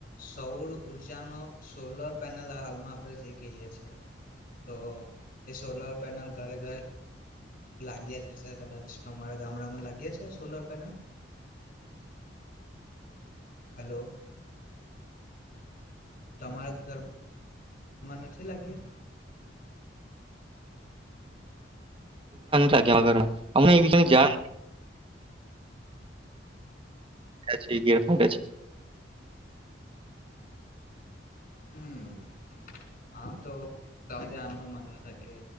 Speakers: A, on the left; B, on the right.
A: સૌર ઉઊર્જાનો સોલર પેનલ હાલમાં આપણે જે કહીએ છે તો એ સોલર પેનલ ઘરે ઘરે લાગ્યા જ હશે કદાચ તમારા ગામડામાં લાગ્યા છે સોલર પેનલ હલો તમારા ઘર મને નથી નથી લાગ્યા
B: લાગે ઘરમાં અમને એવીષ જા ગરખા છે
A: હમ હા તો તમે જાણવા મગાવ કારણ કે